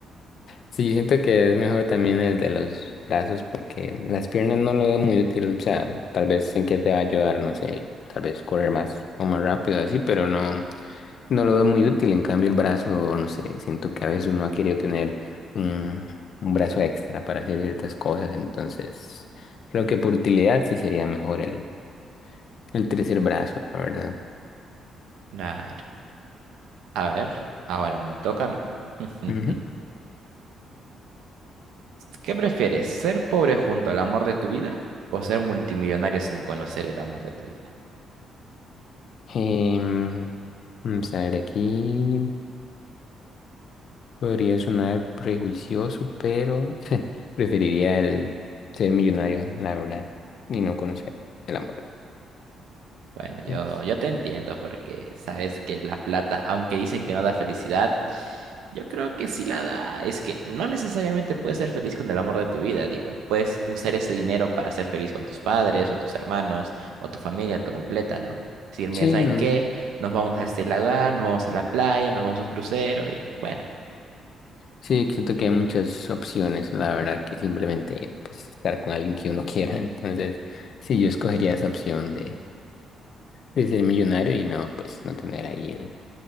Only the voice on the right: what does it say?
Claro. A ver, ahora me toca a mí. <laughs>
¿Qué prefieres? ¿Ser pobre junto al amor de tu vida o ser multimillonario sin conocer el amor de tu vida?
Bueno, yo,
yo te entiendo porque sabes que la plata, aunque dicen que no da felicidad, yo creo que sí la da. Es que no necesariamente puedes ser feliz con el amor de tu vida, digo, puedes usar ese dinero para ser feliz con tus padres o tus hermanos o tu familia, tu completa, ¿no? Es Decir, mira,
¿saben
qué? Nos vamos a este lagar, nos vamos a la playa, nos vamos a un crucero y bueno,